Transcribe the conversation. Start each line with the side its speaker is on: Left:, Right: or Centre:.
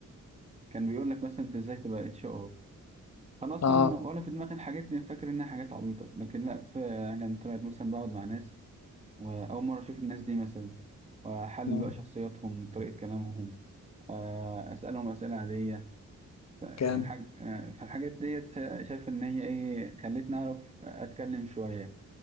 Right: كان بيقول لك مثلا انت ازاي تبقى اتش ار انا اصلا
Left: اه
Right: ولا في دماغي الحاجات دي فاكر انها حاجات عبيطه لكن لا فعلا طلعت مثلا بقعد مع ناس وأول مرة أشوف الناس دي مثلا وأحلل
Left: مم.
Right: بقى شخصياتهم طريقة كلامهم آه، أسألهم أسئلة عادية فالحاج-
Left: كام
Right: آه، فالحاجات ديت شا- شايف إن هي إيه خلتني أعرف أتكلم شوية